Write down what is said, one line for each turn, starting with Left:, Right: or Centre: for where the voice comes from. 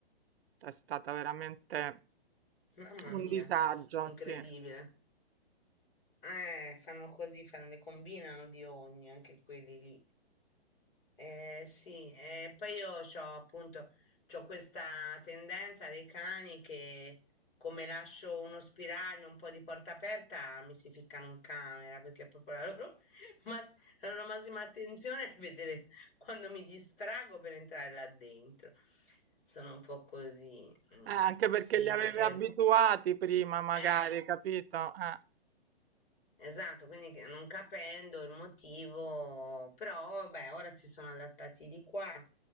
Right: È stata veramente
Left: mamma mia,
Right: un disagio,
Left: incredibile.
Right: sì.
Left: Eh, fanno così, fanno, ne combinano di ogni, anche quelli lì. Eh, sì, eh, poi io ho appunto c'ho questa tendenza dei cani che come lascio uno spiraglio, un po' di porta aperta, mi si ficcano in camera perché proprio la loro, <laughs> mas- la loro massima attenzione è vedere quando mi distrago per entrare là dentro. Sono un po' così. mm,
Right: Eh, anche perché
Left: Sì,
Right: li avevi
Left: perché
Right: abituati prima, magari,
Left: eh,
Right: capito? Eh,
Left: Esatto, quindi che- non capendo il motivo, però beh, ora si sono adattati di qua.